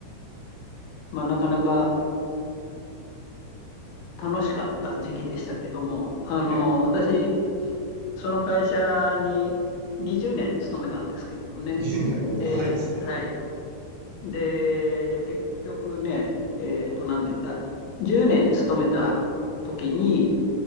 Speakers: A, on the left (about 75°); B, on the right (about 70°).
A: まあ、なかなか楽しかった時期でしたけども、あの、
B: はい。
A: 私、その会社に20年勤めたんですけどもね。
B: 20年、おー、
A: で、
B: 長いですね。
A: はい。で、結局ね、えっと、何年だ ?10 年勤めた時に、